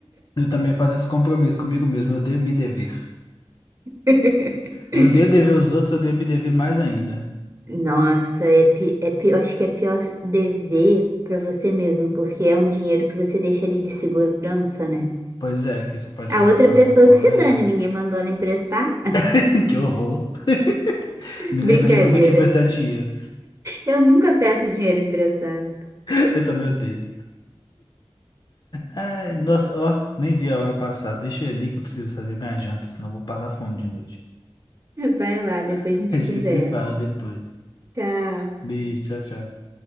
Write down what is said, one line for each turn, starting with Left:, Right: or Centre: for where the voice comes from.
Left: Eu também faço esse compromisso comigo mesmo. Eu odeio me dever.
Right: <laughs>
Left: Eu odeio dever os outros, eu odeio me dever mais ainda.
Right: Nossa, é, pi- é pior, acho que é pior dever pra você mesmo, porque é um dinheiro que você deixa ali de segurança, né?
Left: Pois é, que você pode
Right: A
Left: usar
Right: outra
Left: pra
Right: pessoa
Left: alguma coisa.
Right: que se dane, ninguém mandou ela emprestar.
Left: <laughs> Que horror. <laughs> Me
Right: Brincadeira.
Left: lembro de nunca te emprestar dinheiro.
Right: Eu nunca peço dinheiro emprestado.
Left: <laughs> Eu também odeio. Ai, nossa, ó, nem vi a hora passar. Deixa eu ir ali que eu preciso fazer minha janta, senão eu vou passar fome de noite.
Right: Vai lá, depois
Left: <laughs>
Right: a gente
Left: A gente
Right: conversa.
Left: se fala depois.
Right: Tchau.
Left: Beijo, tchau, tchau.